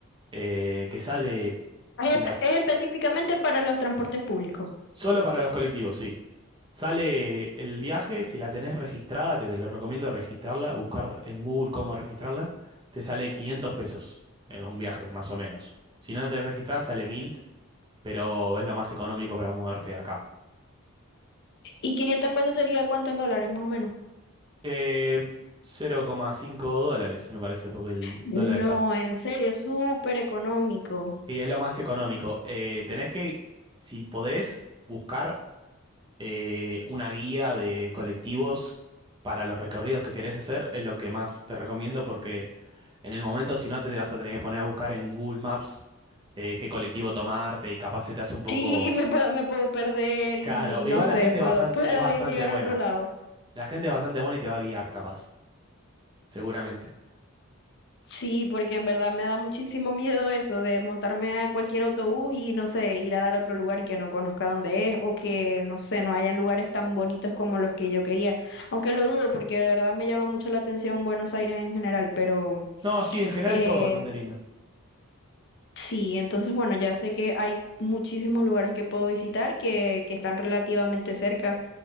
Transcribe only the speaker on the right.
eh, que sale,
si
la,
Solo para los colectivos, sí. Sale el viaje, si la tenés registrada, que te lo recomiendo registrarla, buscar en Google cómo registrarla, te sale 500 pesos en un viaje, más o menos. Si no la tenés registrada, sale 1000, pero es lo más económico para moverte de acá.
Eh, cero coma cinco dólares, me parece, porque el
dólar está.
Y es lo más económico. Eh, tenés que, si podés, buscar eh, una guía de colectivos para los recorridos que querés hacer es lo que más te recomiendo porque en el momento si no te vas a tener que poner a buscar en Google Maps eh, qué colectivo tomarte y capaz se te hace un poco
caro.
Igual
la gente
es bastante,
es bastante
buena.
La gente es bastante buena y te va a guiar capaz, seguramente.
No, sí, en general
es todo bastante lindo.